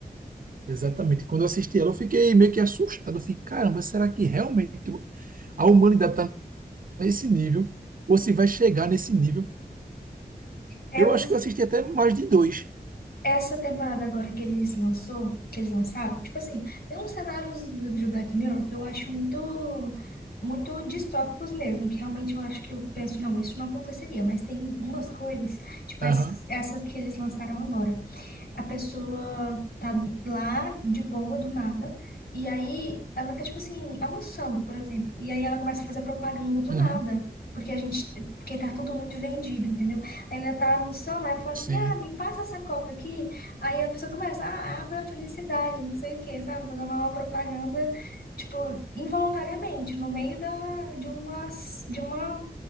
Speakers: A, on the right (about 60°); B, on the left (about 70°).
A: exatamente quando eu assisti ela, eu fiquei meio que assustado. Eu fiquei, caramba, será que realmente a humanidade está nesse nível? Ou se vai chegar nesse nível?
B: É,
A: Eu
B: Eu não,
A: acho que eu assisti até mais de dois.
B: Essa temporada agora que eles lançou, que eles lançaram, tipo assim, tem uns cenários do- de Black Mirror que eu acho muito, muito distópicos mesmo, que realmente eu acho que eu penso, não, isso não aconteceria, mas tem umas coisas, tipo
A: Aham,
B: essa, essa que eles lançaram agora a pessoa tá lá de boa, do nada, e aí ela tá, tipo assim, almoçando, por exemplo, e aí ela começa a fazer propaganda do
A: aham,
B: nada. Porque a gente, porque tá tudo muito vendido, entendeu? Aí ela tá almoçando, aí ela fala assim,
A: sim.
B: ah, me passa essa coca aqui. Aí a pessoa começa, ah, abre a felicidade, não sei o quê, sabe? Fazendo uma propaganda, tipo, involuntariamente, no meio da, de uma, de uma